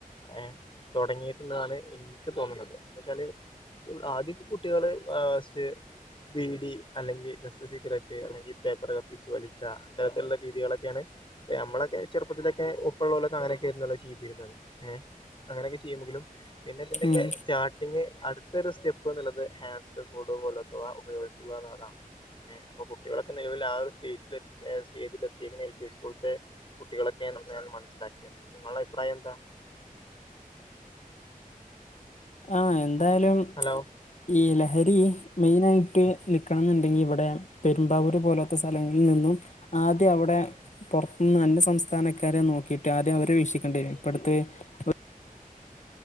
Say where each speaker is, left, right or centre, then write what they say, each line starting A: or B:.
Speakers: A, on the left (about 35°); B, on the left (about 55°).
A: ഏഹ് തൊടങ്ങി ന്നാണ് എനിക്ക് തോന്നണത് എന്താച്ചാല് ആദ്യക്കെ കുട്ടികള് ഏഹ് ഫസ്റ്റ് ബീടി അല്ലെങ്കി ജസ്റ്റ് സീക്രറ്റ് അല്ലെങ്കി പേപ്പർ കത്തിച്ച് വലിക്ക ഇത്തരത്തിലുള്ള രീതികളൊക്കെയാണ് അപ്പ നമ്മളൊക്കെ ചെറുപ്പത്തിലൊക്കെ ഉപ്പ ഉള്ളലൊക്കെ അങ്ങനെയൊക്കെയിന്നല്ലോ ചെയ്തിരുന്നത് ഏഹ് അങ്ങനെയൊക്കെ ചെയ്യുമ്പെങ്കിലും പിന്നെ ഇതിന്റെക്കെ
B: ഉം
A: സ്റ്റാർ ഇങ്ങ് അടുത്തൊരു സ്റ്റെപ്പ്ന്നുള്ളത് ഹാൻസ് കൂള് പോലോത്തവ ഉപയോഗിക്കുകന്നുള്ളതാണ് ഏഹ് അപ്പൊ കുട്ടികളൊക്കെ നിലവില് ആഹ് ഒരു സ്റ്റേറ്റിൽ എത സ്റ്റേജിൽ എത്തി എൽ പി സ്കൂൾത്തെ കുട്ടികളൊക്കെ ന നാൻ മനസ്സിലാക്കിയത് നിങ്ങളുടെ അഭിപ്രായം എന്താ
B: ആഹ് എന്തായാലും
A: ഹലോ
B: ഈ ലഹരി മെയിനായിട്ട് നിക്കണന്നുണ്ടെങ്കി ഇവടെ പെരുമ്പാവൂര് പോലോത്ത സ്ഥലങ്ങളിൽ നിന്നും ആദ്യം അവ്ടെ പൊറത്തുന്ന് അന്യ സംസ്ഥാനക്കാരെ നോക്കിയിട്ട് ആദ്യം അവരെ വീക്ഷിക്കേണ്ടി വരും ഇപ്പടുത്ത് ഓ